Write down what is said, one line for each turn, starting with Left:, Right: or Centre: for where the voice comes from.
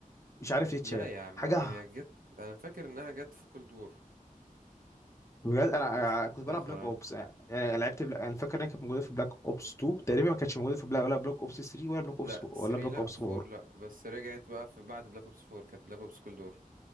Left: مش عارف ليه اتشال
Right: لا يا عم
Left: حاجه
Right: هي جت انا فاكر انها جت في كولد وور
Left: بجد انا أنا
Right: بس متأخر
Left: كنت بلعب بلاك اوبس
Right: اه.
Left: يعني أنا لعبت بلا... انا فاكر انها كانت موجوده في بلاك اوبس 2 تقريبا ما كانتش موجوده في بلا... ولا بلاك اوبس 3 ولا بلاك اوبس
Right: لا
Left: ولا
Right: 3
Left: بلاك
Right: لا
Left: اوبس 4
Right: 4 لا بس رجعت بقى في بعد بلاك اوبس 4 كانت بلاك اوبس كولد وور